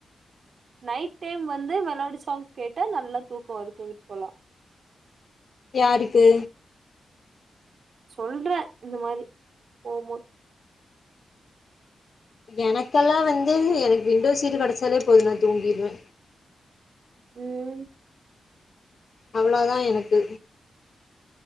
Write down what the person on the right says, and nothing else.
நைட் டைம் வந்து மெலோடி சாங் கேட்டா நல்லா தூக்கோ வரு தூங்கிட்டு போலா
சொல்றே இந்த மாரி போ போது
ம்